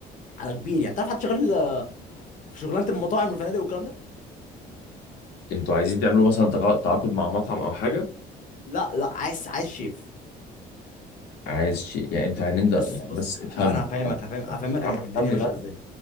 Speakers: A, on the left; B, on the left.
A: على كبير يعني تعرف حد شغال آه، في شغلانه المطاعم والفنادق والكلام ده
B: انتوا عايزين تعملوا مثلا تقا- تعاقد مع مطعم او حاجه
A: لا لا عايز عايز شيف
B: عايز شيء يعني انت هننزل
A: بص
B: يعني
A: بص
B: بس افهمني
A: انا انا هفهمك
B: افهمني.
A: هفهم هفهمك
B: يا
A: الدنيا
B: عم افهمني
A: ماشيه
B: طيب
A: ازاي